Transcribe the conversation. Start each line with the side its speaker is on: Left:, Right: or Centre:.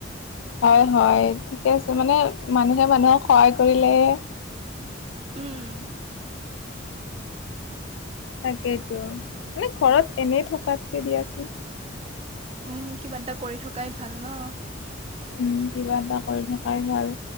Left: হয় হয় ঠিকে আছে মানে, মানুহে মানুহক সহায় কৰিলেহে
Right: উম।
Left: তাকেইতো মানে ঘৰত এনে থকাতকে দিয়া আছো
Right: উম কিবা এটা কৰি থকাই ভাল ন
Left: উম কিবা এটা কৰি থকাই ভাল।